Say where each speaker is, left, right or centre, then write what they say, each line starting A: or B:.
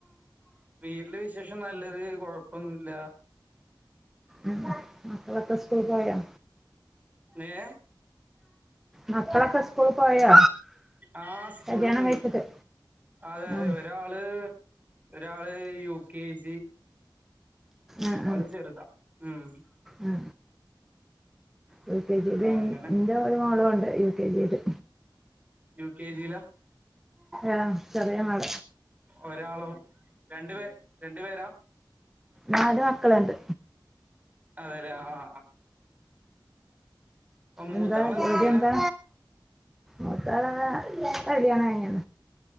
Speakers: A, on the right (about 20°); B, in the centre.
A: വീട്ടിലുവിശേഷം നല്ലത് കുഴപ്പമൊന്നുമില്ല.
B: ഉം... മക്കളൊക്കെ സ്കൂളിൽപോയോ
A: ഏ
B: മക്കളൊക്കെ സ്കൂളിൽ പോയോ?
A: ആ.. സ്കൂളിൽപോയി.
B: കല്യാണം കഴിച്ചിട്ട്
A: അതെയതെ
B: ആ
A: ഒരാള്, ഒരാ ഇപ്പം യു. കെ. ജി
B: ആ
A: രാള്
B: ആ
A: ചെറുത, ഉം...
B: ആ യു. കെ. ജിയില്
A: അങ്ങനെ
B: എന്റെയൊരു മോളുമുണ്ട് യു. കെ. ജിയില്
A: യു. കെ. ജിയിലാ
B: ആ.. ചെറിയമകളാ
A: ഒരാളോ, രണ്ടുപേ... രണ്ടു പേരോ
B: നാലുമക്കളുണ്ട്
A: അതയല്ലേ, അ... ആ മൂത്താള്
B: എന്താ, ജോലി
A: ചെയ്യണെ
B: എന്താ <inaudible> കല്യാണം കഴിഞ്ഞോ